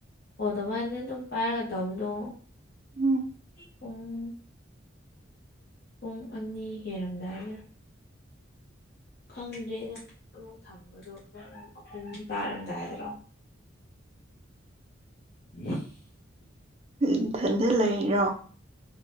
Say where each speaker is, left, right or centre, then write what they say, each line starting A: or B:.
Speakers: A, on the left (about 50°); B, on the right (about 30°).
A: ꯑꯣ ꯑꯗꯨꯃꯥꯏꯅ ꯑꯗꯨꯝ ꯄꯥꯏꯔꯒ ꯇꯧꯕꯗꯣ
B: ꯎꯝ
A: ꯄꯨꯡ ꯄꯨꯡ ꯑꯅꯤ ꯍꯦꯜꯔꯝꯗꯥꯏꯗ ꯈꯪꯗ꯭ꯔꯦꯗꯥ ꯑꯃꯨꯛ ꯊꯝꯕꯗꯣ ꯄꯨꯡ ꯑꯍꯨꯝ ꯇꯥꯔꯝꯗꯥꯏꯗꯔꯣ <unintelligible>
B: ꯅꯥꯊꯟꯗ ꯂꯩꯔꯣ